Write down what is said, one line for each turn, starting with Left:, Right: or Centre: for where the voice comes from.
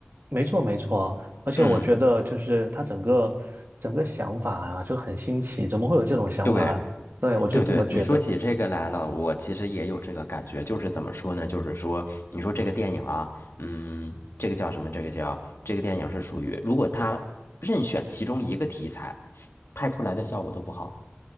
Right: 没错，没错，而且我觉得就是他整个整个想法啊就很新奇，
Left: 嗯，
Right: 怎么会有这种想法啊？
Left: 对，
Right: 对，我就这么觉着，
Left: 对对，你说起这个来了，我其实也有这个感觉，就是怎么说呢？就是说，你说这个电影啊，嗯，这个叫什么？这个叫这个电影是属于，如果他任选其中一个题材，拍出来的效果都不好。